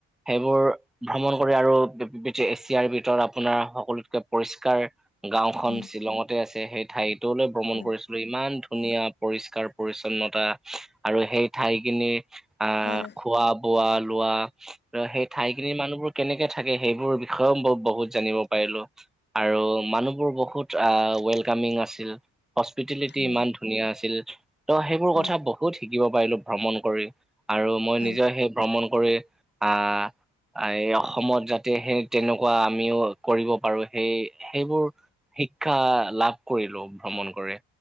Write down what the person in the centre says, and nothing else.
সেইবোৰ ভ্ৰমণ কৰি আৰু পি পৃথি এছিয়াৰ ভিতৰত আপোনাৰ সকলোতকে পৰিষ্কাৰ গাওখন
শ্বিলঙতে আছে, সেই ঠাইটোলৈ ভ্ৰমণ
কৰিছিলো ইমান ধুনীয়া পৰিস কাৰ পৰিচ্ছন্নতা আৰু সেই ঠাইখিনি আহ
খোৱা বোৱা, লোৱা আৰু সেই ঠাইখিনি মানুহবোৰ কেনেকে থাকে সেইবোৰ বিষয়েও ব বহুত জানিব পাৰিলো। আৰু মানুহবোৰ বহুত আ ৱেলকামিং আছিল হস্পিতেলিটি
ইমান
ধুনীয়া আছিল, ত সেইবোৰ
কথা
ব হুত শিকিব পাৰিলো ভ্ৰমণ কৰি আৰু মই
নিজে সেই ভ্ৰমণ কৰি আহ এই অসমত যাতে সেই তেনেকুৱা আমিও কৰিব পাৰো সেই সেইবোৰ শিক্ষা লাভ কৰিলো ভ্ৰমণ কৰে